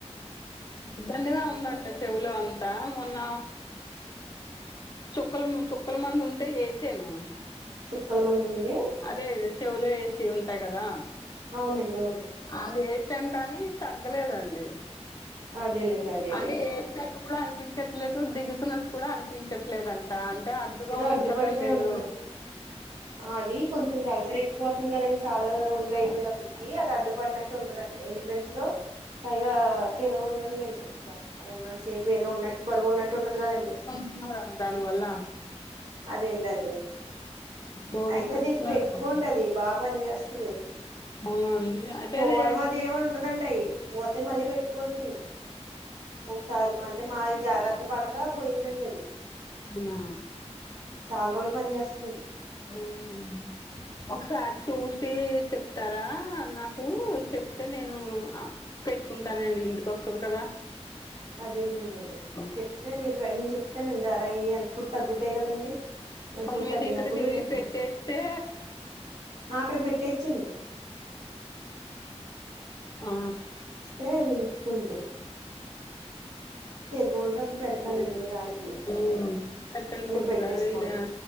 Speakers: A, on the left; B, on the right.
A: ఇబ్బందిగా ఉందంట. చెవులో అంతా మొన్న చుక్కల చుక్కల మంది ఉంటే వేసాను.
B: చుక్కల మందుండే
A: అదే చెవులో ఏసేవి ఉంటాయి కదా
B: అవునండి అవును
A: అవి వేసాం కానీ తగ్గలేదండి
B: అదేలేండి అదేలేండి
A: అంటే వేస్తే కూడా అనిపించట్లేదు దిగుతున్నట్టు కూడా అనిపించట్లేదంట అంటే అడ్డుగా
B: ఏదో
A: ఉంది
B: అడ్డు
A: కదండి
B: పడిపోయి
A: ఏదో
B: ఉంటుందండి అది కొంచెం దలసరెక్కిపోతుంది కదండి చాలా రోజులు అయిపోయేటప్పటికి అది అడ్డుపడినట్టు ఉంట దండి వినిపించదు పైగా తెర ఉండదులేండి ఇంకా అది ఉన్నంతసేపు ఏదో ఉన్నట్టు బరువు ఉన్నట్టు ఉంటది కదండి
A: ప్రమాదం దాని వల్ల
B: అదేండి అది
A: రోజు
B: అయితే
A: చెప్తున్నారు
B: అది పెట్టుకోండి
A: పాపం
B: అది బాగా పని చేస్తాది
A: అవునా అండి అదే
B: పోవడం
A: అదే
B: అది ఏమీ ఉండదండి అయి పోతే మళ్ళీ పెట్టుకోవచ్చండి. ఒకసారి అంటే మాది జాగ్రత్త పడక పోయిందండి అది
A: హా
B: చాలా రోజులు పని చేస్తదండి
A: ఉమ్ ఒకసారి చూసి చెప్ తరా నాకు చెప్తే నేను అ పెట్టుకుంటానండి ఇంటికి వొస్తది కదా
B: అదేనండి అదే
A: ఆ,
B: చెప్తాను నేను చెప్తానండి ధర అయి ఎంత తగ్గుతాయి కదండి ఇప్పుడు
A: మన మీద
B: తగ్గినప్పుడు
A: ఇక్కడికి
B: చెప్తాను
A: పెట్టేస్తే
B: ఆ అక్కడికి పెట్టేయచ్చండి
A: ఆ
B: ఏంది దిక్కుంది బాగుందో అప్పుడు పెడతానండి మీ దానికి
A: ఆ అట్టనే
B: మీరు
A: కొద్తుగా
B: పెట్టేసుకోండి
A: అయినా